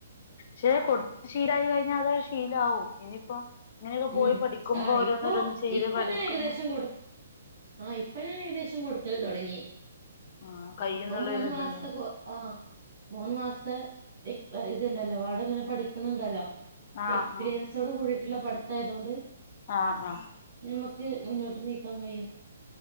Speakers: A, on the left; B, on the right.
A: ശെ കൊടുത്ത് ശീലായി കഴിഞ്ഞാ അതൊര് ശീലാവും ഇനിയിപ്പോ ഇങ്ങനെയൊക്കെ
B: ഉം
A: പോയി പഠിക്കുമ്പോ
B: ആഹ്
A: ഒരോന്ന്
B: ഇപ്പൊ
A: ഒരോന്ന് ചെയ്ത്
B: ഇപ്പൊ
A: പഠിക്കുന്നു.
B: ഞാൻ ഏകദേശം കൊടു ആഹ് ഇപ്പൊ ഞാൻ ഏകദേശം കൊടുക്കല് തൊടങ്ങി.
A: ആ കയ്യുന്നുള്ളൊരു
B: ഇപ്പൊ മൂന്ന്
A: ഇതുണ്ടാവും
B: മാസത്തെ കോ ആഹ് മൂന്ന് മാസത്തെ ഇ ഇത്ണ്ടല്ലോ വാടങ്ങനെ പഠിക്ക്ണ് ണ്ടല്ലോ.
A: ആഹ്
B: എക്സ്പീരിയൻസോട് കൂടിയിട്ട്ള്ള പഠ് അതായതോണ്ട്
A: ആഹ് ആഹ് ആഹ്
B: ഞമ്മക്ക് മുന്നോ ട്ട് നീക്കാൻ കഴിയും